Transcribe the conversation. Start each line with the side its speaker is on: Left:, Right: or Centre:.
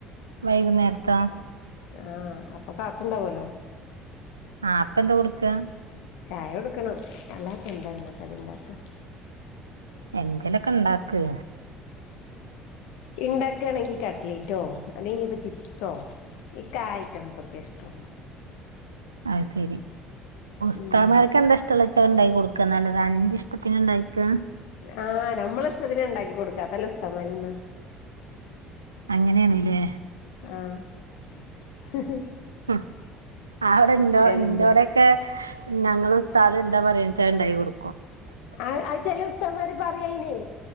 Right: വൈകുന്നേര്ത്താേ
Left: ആഹ് അപ്പൊ കാക്കു ഉണ്ടാവല്ലോ
Right: ആഹ് അപ്പെന്താ കൊട്ക്കാ
Left: ചായ കൊട്ക്കണം അല്ലാതെപ്പെന്ത എണ്ണ കടിണ്ടാക്ക
Right: എന്തെലൊക്കെണ്ടാക്ക്
Left: ഇണ്ടാക്കാണെങ്കി കട്ട്ലെയ്റ്റോ അല്ലെങ്കിഞ്ഞ്പ്പോ ചിപ്സോ ഇൻക്കാ ഐറ്റംസൊക്കെ ഇഷ്ടൊള്ളൂ
Right: അത് സെരി ഉസ്താമാര്ക്കെന്താ
Left: ഉം
Right: ഇഷ്ടെള്ളെച ണ്ടാക്കി കൊട്ക്കാന്നല്ലതാതെ അന്റെ ഇഷ്ടത്തിന്ണ്ടാക്കാ
Left: ആഹ് നമ്മളെ ഇഷ്ടത്തിന്ണ്ടാക്കി കൊട്ക്കാ അതെല്ലേ ഉസ്താമാര്ന്നാ
Right: അങ്ങെനേണ് ലേ
Left: ആഹ്
Right: അഹ് അവ്ടെ ന്റോ
Left: എന്താ
Right: ന്റോടെ ക്കെ ഞങ്ങളെ ഉസ്താദ് എന്താ പറിയ്ണ്ച്ചാ അത് ണ്ടാക്കി കൊട്ക്കും
Left: ആ അഹ് ചെലെ ഉസ്തമാര് പറയയിനേ